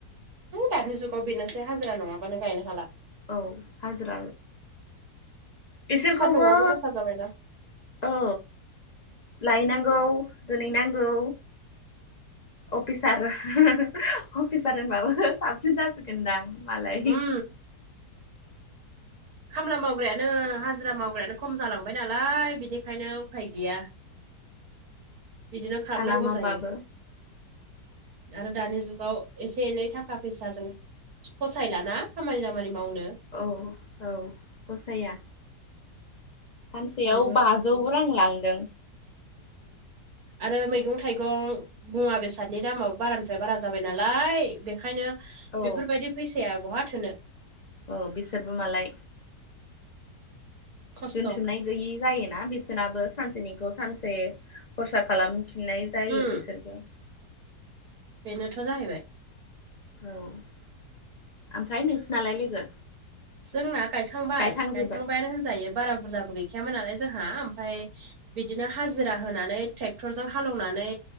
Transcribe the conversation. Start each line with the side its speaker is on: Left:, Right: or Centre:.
Right: दानि जुगाव बेनोसै हाजिरा नङाबानो गायनो हाला।
Left: औ हाजिर बिसोरखौबो
Right: सान्दुंआबो गोसा जाबायना।
Left: औ लायनांगौ दोनहैनांगौ। अफिसार अफिसार होन माबाो साबसिन जासिगोनदां। मालाय।
Right: उम खामला मावग्रायानो हाजिरा मावग्रायानो खम जालांबाय नालाय बिनिखायनो उफाय गैया। बिदिनो खालामनांगौ
Left: खालामाबाबो।
Right: जायो आरो दानि जुगाव एसे एनै थाखा फैसाजों फसायलाना खामानि दामानि मावनो।
Left: औ औ फसाया। सानसेयाव
Right: बयबो
Left: बाजौ रां लांदों।
Right: आरो मैगं थाइगं। मुवा बेसादनि दामाबो बारानिफ्राय बारा जाबाय नालाय बेखायनो।
Left: औ
Right: बेफोरबायदि फैसाया बहा थो
Left: औ बिसोरबो मालाय
Right: खस्थ'
Left: दोनथुमनाय गैयि जायोना बिसोरनाबो सानसेनिखौ सानसे खरसा खालामफिननाय जायो
Right: उम
Left: बिसोरबो
Right: बेनोथ' जाहैबाय
Left: औ ओमफ्राय नोंसिनालाय लोगो
Right: जोंना गायखांबाय
Left: गायखांजोब्बाय
Right: गायखांबायानो होनजायो बारा बुरजाबो गैखायामोन नालाय जोंहा ओमफ्राय बिदिनो हाजिरा होनानै ट्रेक्टरजों हालेवनानै